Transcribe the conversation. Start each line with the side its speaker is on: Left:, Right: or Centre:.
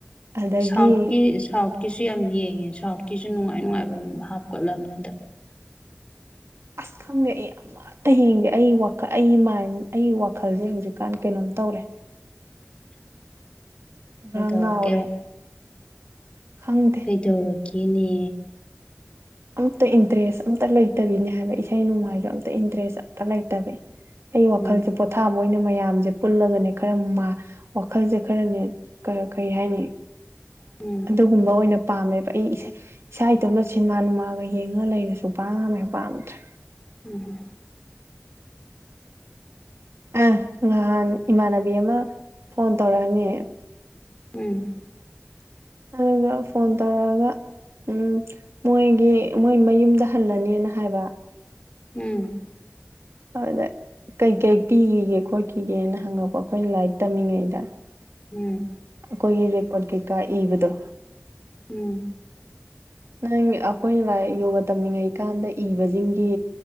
Right: ꯑꯗꯒꯤ
Left: ꯁꯥꯎꯠꯀꯤ ꯁꯥꯎꯠꯀꯤꯁꯨ ꯌꯥꯝ ꯌꯦꯡꯉꯦ ꯁꯥꯎꯠꯀꯤꯁꯨ ꯅꯨꯡꯉꯥꯏ ꯅꯨꯡꯉꯥꯏꯕ ꯍꯥꯞꯀꯠꯂꯕꯅꯗ
Right: ꯑꯁ ꯈꯪꯉꯛꯑꯦ ꯌꯥꯝ ꯍꯌꯦꯡꯗꯤ ꯑꯩ ꯋꯥꯈꯜ ꯑꯩ ꯃꯥꯏꯟ ꯑꯩꯒꯤ ꯋꯥꯈꯜꯁꯦ ꯍꯧꯖꯤꯛꯀꯥꯟ ꯀꯩꯅꯣꯝ ꯇꯧꯔꯦ ꯄꯨꯔꯥ
Left: ꯀꯩꯗꯧꯔꯛꯀꯦ
Right: ꯉꯥꯎꯔꯦ ꯈꯪꯗꯦ
Left: ꯀꯩꯗꯧꯔꯛꯒꯦꯅꯦ
Right: ꯑꯝꯇ ꯏꯟꯇꯔꯦꯁ ꯑꯇ ꯂꯩꯇꯕꯤꯅꯦ ꯍꯥꯏꯕ ꯏꯁꯩ ꯅꯣꯡꯃꯥꯏꯁꯨ ꯑꯝꯇ ꯏꯟꯇꯔꯦꯁ ꯑꯝꯇ ꯂꯩꯇꯕꯤ ꯑꯩ ꯋꯥꯈꯜꯁꯦ
Left: ꯎꯝ
Right: ꯄꯣꯊꯥꯕ ꯑꯣꯏꯅ ꯃꯌꯥꯝꯁꯦ ꯄꯨꯜꯂꯒꯅꯦ ꯈꯔ ꯋꯥꯈꯜꯁꯦ ꯈꯔꯅꯦ ꯀꯔꯤ ꯍꯥꯏꯅꯤ
Left: ꯎꯝ
Right: ꯑꯗꯨꯒꯨꯝꯕ ꯑꯣꯏꯅ ꯄꯥꯝꯃꯦꯕ ꯑꯩ ꯏꯁꯥ ꯏꯇꯣꯝꯅ ꯁꯤꯟꯃꯥ ꯅꯨꯡꯃꯥꯟ ꯑꯥꯕ ꯌꯦꯡꯉ ꯂꯩꯔꯁꯨ ꯄꯥꯝꯃꯦꯕ ꯄꯥꯝꯗꯔꯦ
Left: ꯎꯝ
Right: ꯑ ꯅꯍꯥꯟ ꯏꯃꯥꯟꯅꯕꯤ ꯑꯃ ꯐꯣꯟ ꯇꯧꯔꯛꯑꯃꯦ
Left: ꯎꯝ
Right: ꯑꯗꯨꯒ ꯐꯣꯟ ꯇꯥꯔꯒ ꯎꯝ ꯃꯣꯏꯒꯤ ꯃꯣꯏ ꯃꯌꯨꯝꯗ ꯍꯜꯂꯅꯤꯅ ꯍꯥꯏꯕ
Left: ꯎꯝ
Right: ꯍꯗꯦ ꯀꯩ ꯀꯩ ꯄꯤꯈꯤꯒꯦ ꯈꯣꯠꯈꯤꯒꯦꯅ ꯍꯪꯉꯛꯄ ꯑꯩꯈꯣꯏꯅ ꯂꯥꯏꯔꯤꯛ ꯇꯝꯃꯤꯉꯩꯗ
Left: ꯎꯝ
Right: ꯑꯩꯈꯣꯏꯒꯤ ꯔꯦꯀꯣꯔꯠ ꯀꯩꯀꯥ ꯏꯕꯗꯣ
Left: ꯎꯝ
Right: ꯅꯪ ꯑꯩꯈꯣꯏꯅ ꯂꯥꯏꯔꯤꯛ ꯌꯣꯒ ꯇꯝꯅꯤꯡꯉꯩꯀꯥꯟꯗ ꯏꯕꯁꯤꯡꯒꯤ